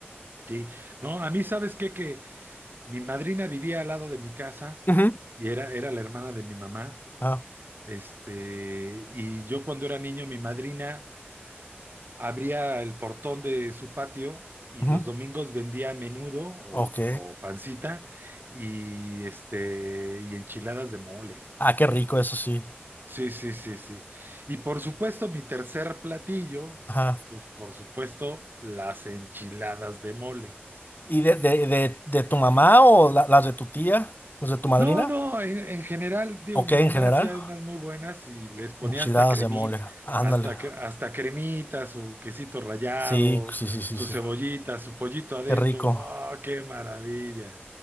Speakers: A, on the right (about 55°); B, on the left (about 45°).
A: sí. No, a mí, ¿sabes qué? Que mi madrina vivía al lado de mi casa
B: Ujú.
A: y era, era la hermana de mi mamá.
B: Ah,
A: Este, y yo cuando era niño, mi madrina abría el portón de su patio y
B: ujú.
A: los domingos vendía menudo o,
B: Ok.
A: o pancita y este y enchiladas de mole.
B: Ah, qué rico, eso sí.
A: Sí, sí, sí, sí. Y por supuesto, mi tercer platillo,
B: Ajá.
A: pues por supuesto, las enchiladas de mole.
B: ¿Y de, de, de, de tu mamá o la- las de tu tía? ¿Las de tu madrina?
A: No, no, en, en general, digo,
B: Ok,
A: mi
B: en
A: mamá
B: general.
A: hacía unas muy buenas y les ponía
B: Enchiladas
A: hasta cremita,
B: de mole. Ándale.
A: hasta, cre- hasta cremita, su quesito rallado,
B: Sí, sí, sí, sí,
A: su
B: sí.
A: cebollita, su pollito adentro.
B: Qué rico,
A: ¡Oh, qué maravilla!